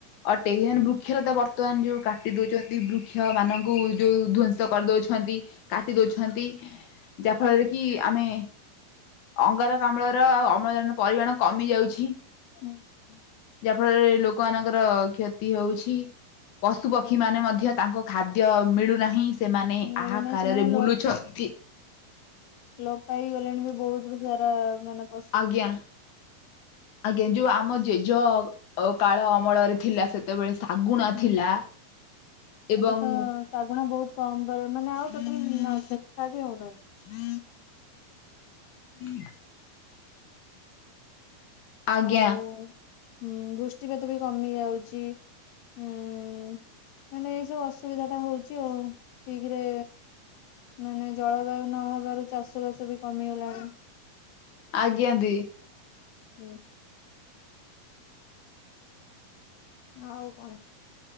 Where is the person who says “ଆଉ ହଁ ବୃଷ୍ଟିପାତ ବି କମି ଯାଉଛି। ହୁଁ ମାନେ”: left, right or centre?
Left